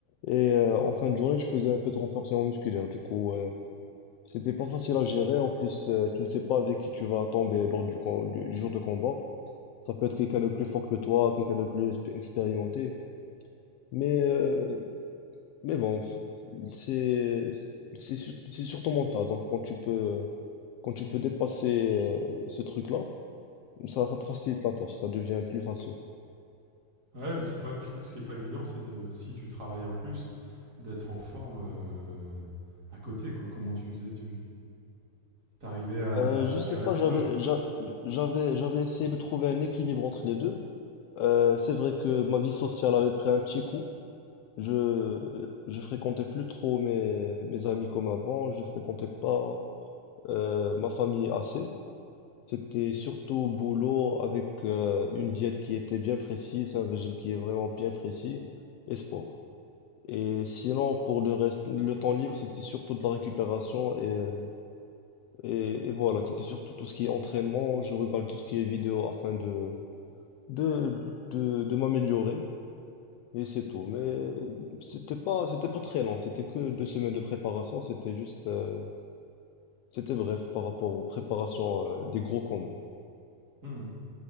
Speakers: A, on the left; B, on the right.
A: Et euh, en fin de journée, je faisais un peu de renforcement musculaire. Du coup, euh, C'était pas facile à gérer. En plus, euh, tu ne sais pas avec qui tu vas tomber lors du, com- du- du jour de combat. Ça peut être quelqu'un de plus fort que toi, quelqu'un de plus expé- expérimenté. Mais, euh, mais bon, f- c'est, c'est sur, c'est sur ton mental. Donc, quand tu peux, quand tu peux dépasser euh, ce truc-là, ça, ça te facilite la tâche. Ça devient plus facile.
B: Ouais, mais c'est pas, je trouve que ce qui n'est pas évident, c'est de, si tu travailles en plus, d'être en forme euh, à côté, quoi. Comment tu faisais Tu t'arrivais à,
A: Euh, je
B: à gérer
A: sais pas,
B: les
A: j'avais,
B: deux.
A: j'a- j'avais, j'avais essayé de trouver un équilibre entre les deux. Euh, c'est vrai que ma vie sociale avait pris un petit coup. Je, je fréquentais plus trop mes, mes amis comme avant, je fréquentais pas euh, ma famille assez. C'était surtout boulot avec euh, une diète qui était bien précise, un régime qui est vraiment bien précis et sport. Et sinon, pour le reste, le temps libre, c'était surtout de la récupération et, euh, et, et voilà, c'était surtout tout ce qui est entraînement. Je regarde tout ce qui est vidéo afin de, de, de, de m'améliorer. Et c'est tout. Mais c'était pas, c'était pas très long. C'était que deux semaines de préparation. C'était juste, euh, c'était bref par rapport aux préparations euh, des gros combats.
B: Hmm.